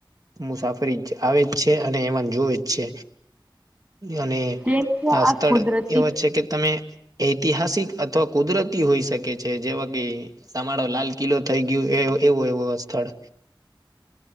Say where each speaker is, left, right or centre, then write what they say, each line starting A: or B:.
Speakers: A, on the right; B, on the right.
A: મુસાફરી જ આવે જ છે અને એવાન જોવે જ છે અને
B: કેમ કે
A: આ સ્થળ
B: કુદરતી
A: એવ છે કે તમે ઐતિહાસિક અથવા કુદરતી હોઈ શકે છે જેવા કે સમાળો લાલ કિલ્લો થઈ ગયો એ એવો એવો સ્થળ